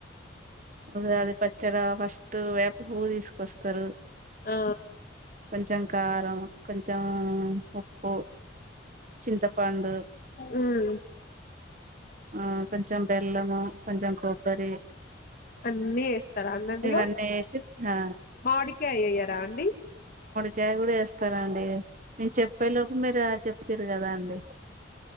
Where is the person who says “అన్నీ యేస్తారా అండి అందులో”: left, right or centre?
Left